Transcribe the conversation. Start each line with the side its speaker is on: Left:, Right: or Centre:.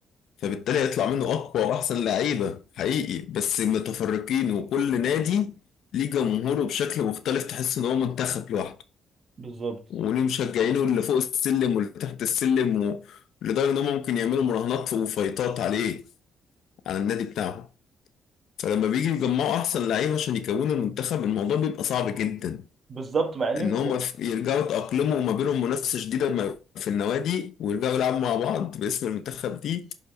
Left: فبالتالي هيطلع منه اقوى واحسن لعيبة حقيقي بس متفرقين وكل نادي ليه جمهوره بشكل مختلف تحس ان هو منتخب لوحده
Right: بالظبط
Left: وليه مشجعينه اللي فوق السلم واللي تحت السلم و- لدرجة ان هم ممكن يعملوا مراهنات وفايتات عليه على النادي بتاعهم فلما بيجي يجمعوا احسن لعيبة عشان يكونوا المنتخب الموضوع بيبقى صعب جدا
Right: بالظبط مع ان انت
Left: ان هما في- يرجعوا يتأقلموا وما بينهم منافسة شديدة ما- في النوادي ويرجعوا يلعبوا مع بعض باسم المنتخب دي